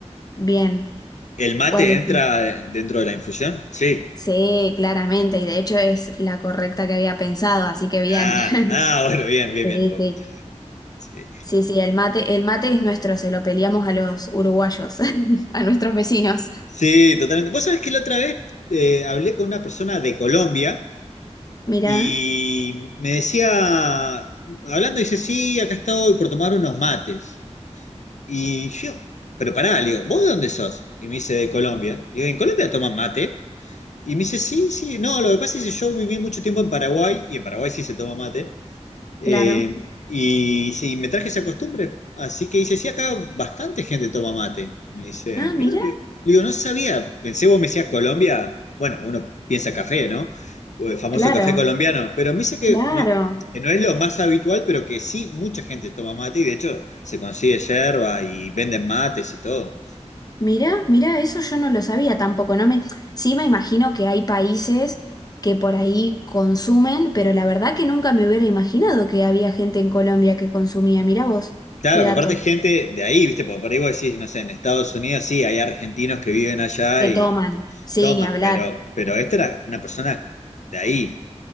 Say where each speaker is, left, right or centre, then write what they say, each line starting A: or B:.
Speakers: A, on the left; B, on the left.
A: bien.
B: ¿El mate
A: ¿Cuál es?
B: entra dentro de la infusión? Sí.
A: Sí, claramente, y de hecho es la correcta que había pensado, así que bien.
B: Ah,
A: <laughs>
B: ah, <laughs> bueno, bien, bien,
A: Sí,
B: bien. vos.
A: sí.
B: Sí,
A: Sí, sí, el mate, el mate es nuestro, se lo peleamos a los uruguayos, <laughs> a nuestros vecinos.
B: Sí, totalmente. Vos sabés que la otra vez eh, hablé con una persona de Colombia
A: Mirá,
B: y me decía, hablando, dice, sí, acá estoy por tomar unos mates. Y yo, pero pará, le digo, ¿vos de dónde sos? Y me dice, de Colombia. Y digo, ¿en Colombia toman mate? Y me dice, sí, sí, no, lo que pasa es que yo viví mucho tiempo en Paraguay, y en Paraguay sí se toma mate, eh,
A: claro.
B: y sí, me traje esa costumbre. Así que dice, sí, acá bastante gente toma mate. Me dice,
A: Ah, mirá,
B: mirá, le digo, no sabía, pensé vos me decías Colombia, bueno, uno piensa café, ¿no? O El famoso
A: claro,
B: café colombiano, pero me dice que
A: claro.
B: no, que no es lo más habitual, pero que sí, mucha gente toma mate, y de hecho se consigue yerba y venden mates y todo.
A: Mirá, mirá, eso yo no lo sabía tampoco. No me, sí me imagino que hay países que por ahí consumen, pero la verdad que nunca me hubiera imaginado que había gente en Colombia que consumía. Mirá vos,
B: Claro,
A: qué dato.
B: aparte gente de ahí, ¿viste? Porque por ahí vos decís, no sé, en Estados Unidos sí, hay argentinos que viven allá
A: Que
B: y
A: toman. Sí,
B: toman,
A: ni hablar.
B: pero, pero esta era una persona de ahí.